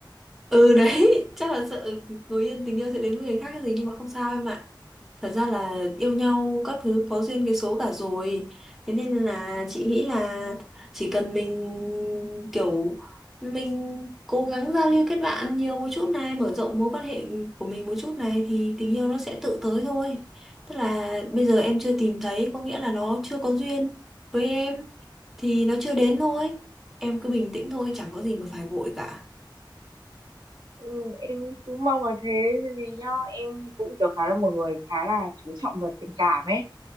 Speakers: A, in the centre; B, on the right.
A: ừ đấy <laughs> chắc là sợ người yêu tình yêu sẽ đến với người khác cái gì nhưng mà không sao em ạ Thật ra là yêu nhau các thứ có duyên cái số cả rồi. Thế nên là chị nghĩ là chỉ cần mình kiểu mình cố gắng giao lưu kết bạn nhiều một chút này, mở rộng mối quan hệ của mình một chút này thì tình yêu nó sẽ tự tới thôi. Tức là bây giờ em chưa tìm thấy có nghĩa là nó chưa có duyên với em thì nó chưa đến thôi. Em cứ bình tĩnh thôi, chẳng có gì mà phải vội cả.
B: Ừ, em cũng mong là thế bởi vì nhá em cũng kiểu khá là một người khá là chú trọng về tình cảm ấy